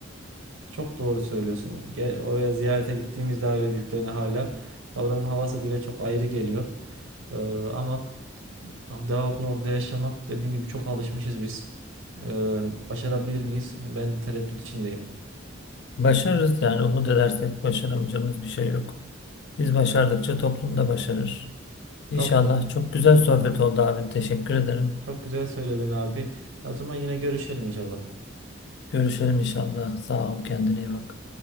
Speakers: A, on the right; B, on the left.
A: Çok doğru söylüyorsun. Gel, oraya ziyarete gittiğimizde aile büyüklerine hala ya oranın havası bile çok ayrı geliyor. Ee, ama devamlı orada yaşamak dediğin gibi çok alışmışız biz. Ee, başarabilir miyiz? Ben tereddüt içindeyim.
B: Başarırız yani umut edersek başaramayacağımız bir şey yok. Biz başardıkça toplum da başarır. İnşallah
A: Çok
B: çok güzel sohbet oldu abi. Teşekkür ederim.
A: çok güzel söyledin abi. O zaman yine görüşelim inşallah.
B: Görüşelim inşallah. Sağ ol kendine iyi bak.